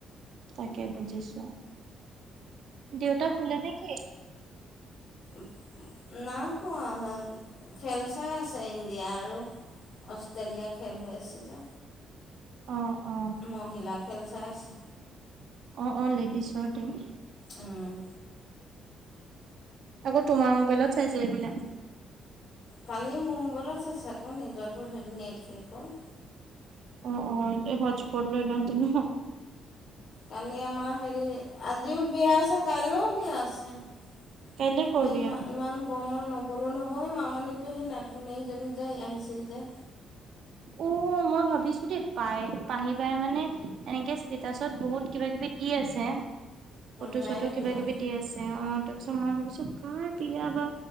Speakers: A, on the right; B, on the left.
A: তাকে বুজিছো দেউতা হুলে নেকি
B: উম না খোৱা খেল চাই আছে ইণ্ডিয়া আৰু অষ্ট্ৰেলিয়া খেল হৈ আছে যে
A: অ অ
B: মহিলা খেল চাই আছে
A: অ অ লেডিছৰ ট্ৰিম
B: উম
A: আকৌ তোমাৰ মোবাইলত চাইচে ৰেগুলা
B: কালি মোৰ মোবাইলত চাইজ আকৌ নিজ টো হেৰি নেট শেষ হ'ল
A: অ অ এ হস্পুত লৈ লও যে ন
B: কালি আমাৰ হেৰি আজিও বিয়া আছে কাইলৈও বিয়া আছে এ
A: কাইলে কৰবি
B: ইমা
A: আও
B: ইমান গৰমত ন গ'লো নহব সেই মামণি পেহী নাতিনীকজনী যে আহিছিল যে
A: উ মই ভাবিছো দেই পাই পাহিবাই মানে এনেকে ষ্টেটাচত বহুত কিবা কিবি দি আছে ফটো
B: তাইৰে
A: চটো কিবা
B: বিয়া
A: কিবি দি আছে অ তাৰপিছত মই ভাবিছো কাৰ বিয়া বা